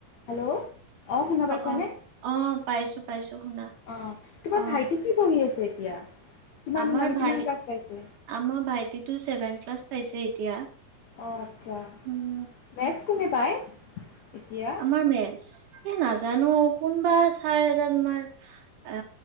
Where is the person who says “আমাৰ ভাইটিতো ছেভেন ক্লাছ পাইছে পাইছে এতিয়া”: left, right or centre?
Right